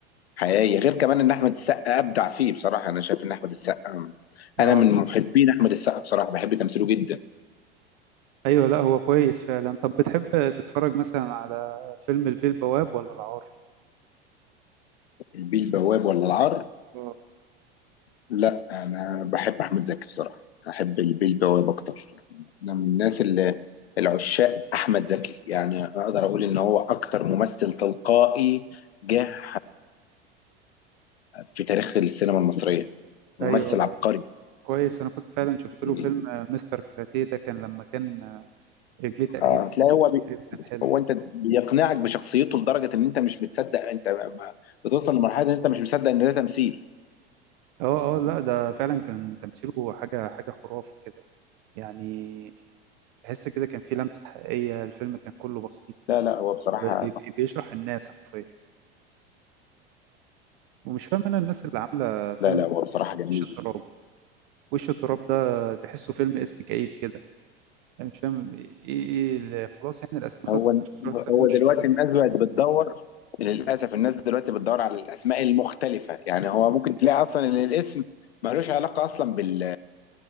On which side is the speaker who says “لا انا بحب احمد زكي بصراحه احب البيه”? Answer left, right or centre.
Left